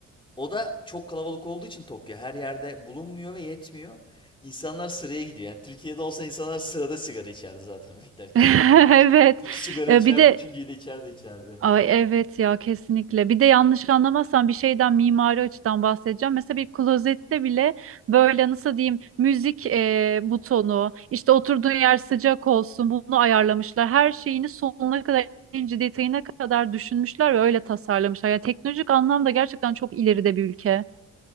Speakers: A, on the left; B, on the right.
A: O da çok kalabalık olduğu için Tokyo her yerde bulunmuyor ve yetmiyor. İnsanlar sıraya gidiyor. Yani Türkiye'de olsa insanlar sırada sigara içerdi zaten <laughs> beklerken
B: <laughs>
A: oraya girmek
B: Evet.
A: için. İki sigara
B: Ee,
A: içerdi,
B: Bir de
A: üçüncüyü de içerdi içerdi.
B: ay evet ya kesinlikle. Bir de yanlış anlamazsan bir şeyden mimari açıdan bahsedeceğim. Mesela bir klozette bile böyle nasıl diyeyim müzik e, butonu, işte oturduğun yer sıcak olsun bunu ayarlamışlar. Her şeyini sonuna kadar ince detayına kadar düşünmüşler ve öyle tasarlamışlar. Yani teknolojik anlamda gerçekten çok ileride bir ülke.